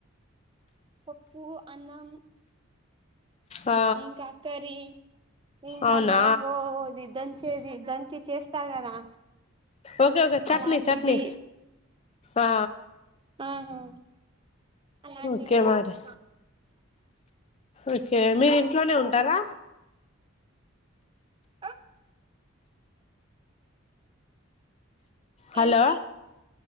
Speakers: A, on the right; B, on the left.
A: పప్పు, అన్నం
B: ఆ
A: ఇంకా కర్రీ, ఇంకా
B: అవునా
A: మ్యాంగోది దంచేది దంచి చేస్తారు కదా!
B: ఓకే ఓకే చట్నీ
A: అలాంటిది
B: చట్నీ ఆ
A: ఆహా అలాంటిదె
B: ఓకే మరి
A: చేసిన.
B: ఓకే. మీరు ఇంట్లోనే ఉంటారా?
A: అ
B: హలో
A: ఏంది